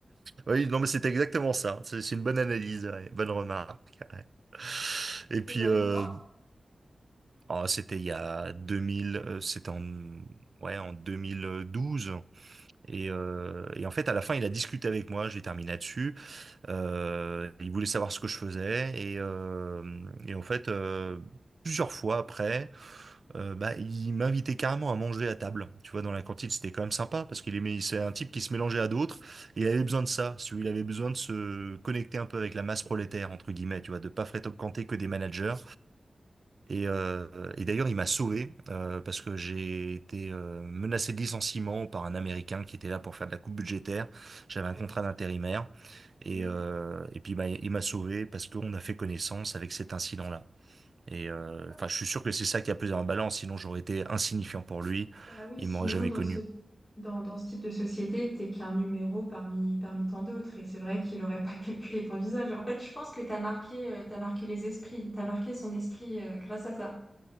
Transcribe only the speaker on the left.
C'est
il y a
longtemps?
D'accord.
Oui.
D'accord.
Bah oui,
sinon,
dans
ce, dans, dans ce type de société, t'es qu'un numéro parmi, parmi tant d'autres. Et c'est vrai qu'il n'aurait pas <laughs> calculé ton visage. En fait, je pense que t'as marqué, euh, t'as marqué les esprits. T'as marqué son esprit, euh, grâce à ça.